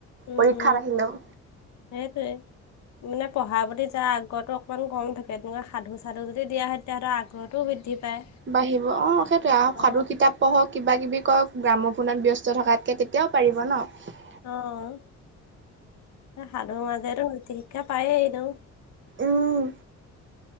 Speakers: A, on the left (about 65°); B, on the right (about 40°).
A: উম
B: পৰীক্ষাত
A: উম
B: আহিলেও।
A: সেইটোৱে। মানে পঢ়া প্ৰতি তাৰ আগ্ৰহটো অকণমান কম থাকে তেনেকুৱা সাধু সাধু যদি দিয়া হয়। তেতিয়া ধৰা আগ্ৰহটো বৃদ্ধি পায়
B: বাঢ়িব অ সেইটোয়ে আৰু
A: অ
B: সাধু কিতাপ পঢ়ক কিবা কিবি কৰক গ্ৰাম ফোনত ব্যস্ত থকাতকে এতিয়াও পাৰিব ন'?
A: অ', সাধু মাজেৰে নৈতিক শিক্ষা পায়েই এনোও।
B: উম,